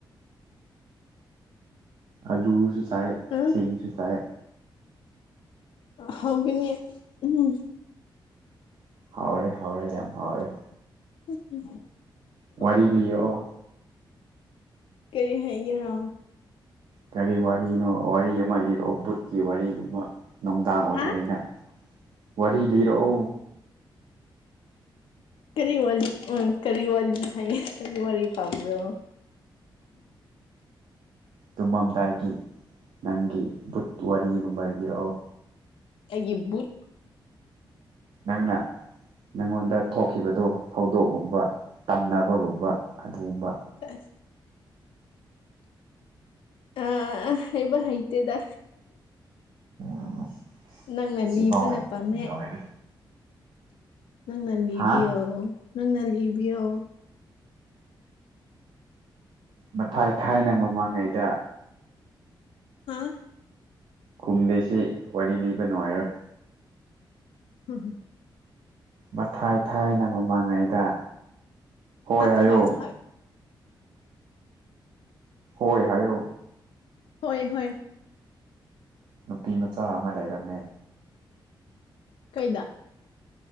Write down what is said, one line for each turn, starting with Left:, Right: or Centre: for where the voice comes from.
Right: ꯑꯂꯨꯁꯨ ꯆꯥꯏ
Left: ꯎꯝ
Right: ꯏꯁꯤꯡꯁꯨ ꯆꯥꯏ
Left: ꯍꯧꯒꯅꯤ ꯎꯝ
Right: ꯍꯥꯎꯔꯦ ꯍꯥꯎꯔꯦ ꯌꯥꯝ ꯍꯥꯎꯔꯦ
Left: <unintelligible>
Right: ꯋꯥꯔꯤ ꯂꯤꯔꯛꯑꯣ
Left: ꯀꯔꯤ ꯍꯥꯏꯒꯦꯔꯣ
Right: ꯀꯔꯤ ꯋꯥꯔꯤꯅꯣ ꯋꯥꯔꯤ ꯑꯃ ꯂꯤꯔꯛꯑꯣ ꯕꯨꯠꯀꯤ ꯋꯥꯔꯤꯒꯨꯝꯕ ꯅꯨꯡꯗꯥꯡ ꯑꯣꯏꯕꯅꯤꯅ
Left: ꯍꯥ
Right: ꯋꯥꯔꯤ ꯂꯤꯔꯛꯑꯣ
Left: ꯀꯔꯤ ꯋꯥꯔꯤ ꯑ ꯀꯔꯤ ꯋꯥꯔꯤ ꯍꯥꯏꯌꯦ ꯀꯔꯤ ꯋꯥꯔꯤ ꯄꯝ꯭ꯕꯔꯣ
Right: ꯇꯨꯃꯝꯗꯥꯏꯒꯤ ꯅꯪꯒꯤ ꯕꯨꯠ ꯋꯥꯔꯤꯒꯨꯝꯕ ꯔꯤꯔꯛꯑꯣ
Left: ꯑꯩꯒꯤ ꯕꯨꯠ
Right: ꯅꯪꯅ ꯅꯉꯣꯟꯗ ꯊꯣꯛꯈꯤꯕꯗꯣ ꯊꯧꯗꯣꯛꯒꯨꯝꯕ ꯇꯝꯅꯕꯒꯨꯝꯕ ꯑꯗꯨꯒꯨꯝꯕ
Left: <unintelligible> ꯑ ꯍꯩꯕ ꯍꯩꯇꯦꯗ
Right: ꯑꯣ
Left: ꯅꯪꯅ
Right: ꯁꯤꯐꯧ
Left: ꯂꯤꯕꯅ
Right: ꯍꯩꯇꯔ꯭ꯗꯤ
Left: ꯄꯥꯝꯃꯦ
Right: ꯂꯣꯏꯔꯦ
Left: ꯅꯪꯅꯥ ꯂꯤꯕꯤꯌꯣ
Right: ꯍꯥ
Left: ꯅꯪꯅꯥ ꯂꯤꯕꯤꯌꯣ
Right: ꯃꯊꯥꯏ ꯊꯥꯏꯅ ꯃꯃꯥꯡꯉꯩꯗ
Left: ꯍꯥ
Right: ꯈꯨꯝꯗꯦꯁꯤ ꯋꯥꯔꯤ ꯂꯤꯕ ꯅꯨꯡꯉꯥꯏꯔꯣꯏ
Left: <unintelligible>
Right: ꯃꯊꯥꯏ ꯊꯥꯏꯅ ꯃꯃꯥꯡꯉꯩꯗ ꯍꯣꯏ
Left: ꯃꯊꯥꯏ
Right: ꯍꯥꯏꯌꯨ
Left: ꯊꯥꯏ
Right: ꯍꯣꯏ ꯍꯥꯏꯌꯣ
Left: ꯍꯣꯏ ꯍꯣꯏ
Right: ꯅꯨꯄꯤ ꯃꯆꯥ ꯑꯃ ꯂꯩꯔꯝꯃꯦ
Left: ꯀꯩꯗ